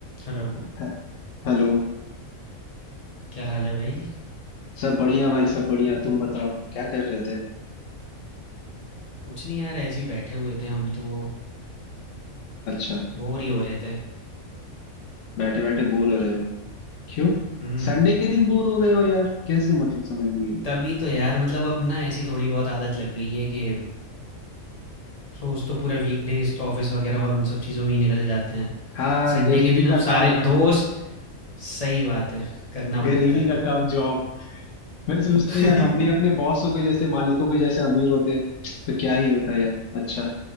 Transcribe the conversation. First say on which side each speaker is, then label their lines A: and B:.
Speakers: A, on the left; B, on the left.
A: Hello
B: हे- hello
A: क्या हाल है भाई
B: सब बढ़िया भाई सब बढ़िया तुम बताओ क्या कर रहे थे
A: कुछ नहीं यार ऐसे ही बैठे हुए थे हम तो
B: अच्छा
A: बोर ही हो रहे थे
B: बैठे बैठे बोर हो रहे हो क्यों
A: हम्म
B: संडे के दिन बोर हो रहे हो यार कैसे मतलब समझ नहीं आया
A: तभी तो यार मतलब अब ना ऐसी थोड़ी बहुत आदत लग गई है कि रोज तो पूरा वीकडेज तो ऑफिस वगैरह और उन सब चीज़ों में ही निकल जाते हैं
B: हाँ
A: संडे
B: गरीबी
A: के दिन
B: का
A: अब सारे
B: काम भाई
A: दोस्त सही बात है करना पड़ता
B: गरीबी
A: है
B: का काम जॉब मैं सोचता
A: <laughs>
B: हूँ यार हम भी अपने बॉसों के जैसे मालिकों के जैसे अमीर होते तो क्या ही होता यार अच्छा